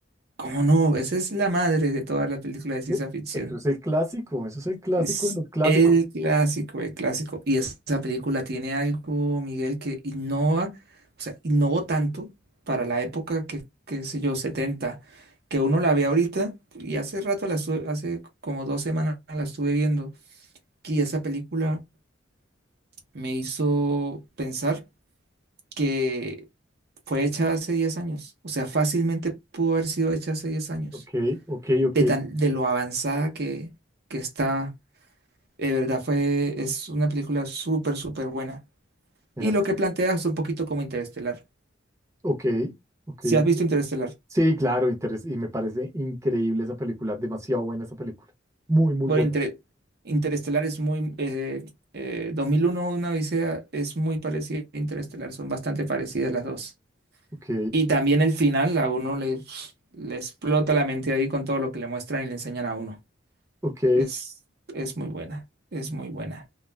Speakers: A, on the right; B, on the right.
A: ¿Cómo no? Esa es la madre de todas las películas de ciencia
B: Eh,
A: ficción.
B: Eso es el clásico, eso es el clásico
A: Es
B: de los clásicos.
A: el clásico, el clásico. Y esa película tiene algo, Miguel, que innova, o sea, innovó tanto para la época que, qué sé yo, setenta que uno la ve ahorita y hace rato la estuve, hace como dos semanas la estuve viendo. Y esa película me hizo pensar que fue hecha hace 10 años. O sea, fácilmente pudo haber sido hecha hace 10 años.
B: Ok, ok, ok.
A: De tan, de lo avanzada que, que está. De verdad fue, es una película súper, súper buena.
B: Mira,
A: Y lo que plantea es un poquito como Interestelar.
B: Ok, ok,
A: Si has
B: ok.
A: visto Interestelar,
B: Sí, claro, interes- y me parece increíble esa película, demasiado buena esa película. Muy, muy
A: bueno,
B: buena.
A: Inter- Interestelar es muy, eh, eh, 2001, una odisea, es muy parecida a Interestelar, son bastante parecidas las dos.
B: Ok,
A: Y también el final, a uno le, le explota la mente ahí con todo lo que le muestran y le enseñan a uno.
B: ok,
A: Es, es muy buena, es muy buena.